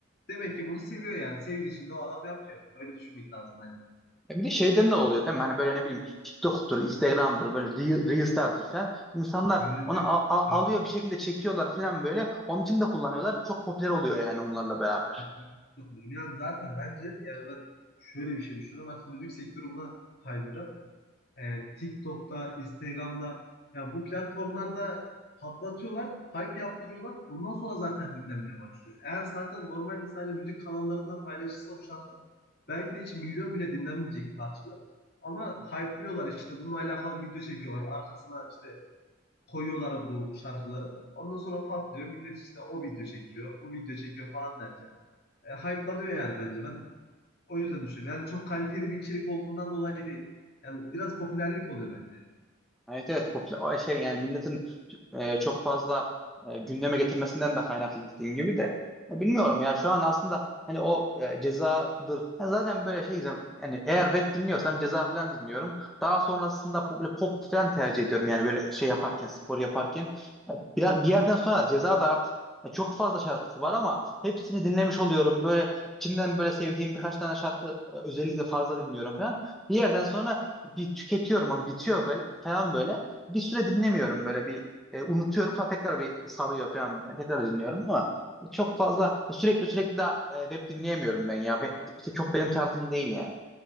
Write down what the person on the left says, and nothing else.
demek ki bunu seviyor yani. Sevdiği için de o adam yapıyor. Öyle düşünmek lazım bence.
Yüzde
yüz
evet,
evet, yüzde yüz katılıyorum. Yani zaten bence yani ben şöyle bir şey düşünüyorum. Artık müzik sektörü buna kaydıracak. e, TikTok'ta, Instagram'da ya bu platformlarda patlatıyorlar, hype yaptırıyorlar. Ondan sonra zaten dinlenmeye başlıyor. Eğer zaten normalde sadece müzik kanallarında paylaşılsa bu şarkılar belki de hiç milyon bile dinlenmeyecek parçalar. Ama hype'lıyorlar işte bununla alakalı video çekiyorlar. Arkasına işte koyuyorlar bu şarkıları. Ondan sonra patlıyor. Millet işte o video çekiyor, bu video çekiyor falan derken e, hype'lanıyor yani bence. Ben o yüzden düşünüyorum. Yani çok kaliteli bir içerik olduğundan dolayı değil. Yani biraz popülerlik oluyor bence yani.